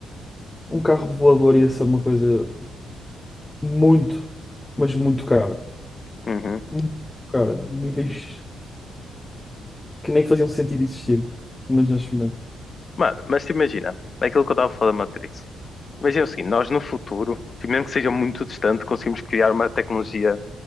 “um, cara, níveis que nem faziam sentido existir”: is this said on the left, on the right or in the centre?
Left